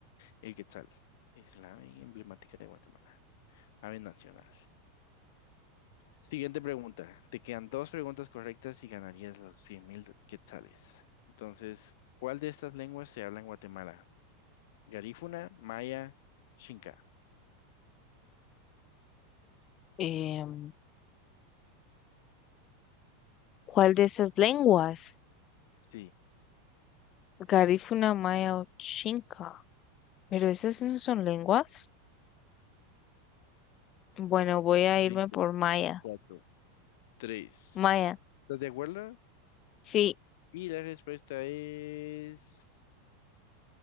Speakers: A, on the left; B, on the left.
A: El Quetzal es la ave emblemática de Guatemala, ave nacional. Siguiente pregunta. Te quedan dos preguntas correctas y ganarías los cien mil quetzales. Entonces, ¿cuál de estas lenguas se habla en Guatemala? Garífuna, Maya, Xinca.
B: Em, ¿cuál de esas lenguas?
A: Sí,
B: Garífuna maya o chinca. Pero esas no son lenguas. Bueno, voy a
A: cinco,
B: irme por maya.
A: cuatro, tres.
B: Maya.
A: ¿Estás de acuerdo?
B: Sí.
A: Y la respuesta es,